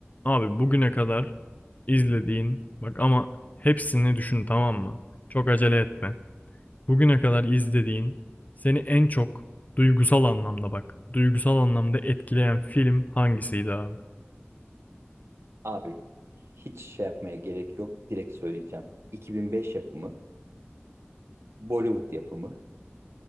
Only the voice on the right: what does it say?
Abi hiç şey yapmaya gerek yok. Direkt söyleyeceğim. 2005 yapımı, Bollywood yapımı,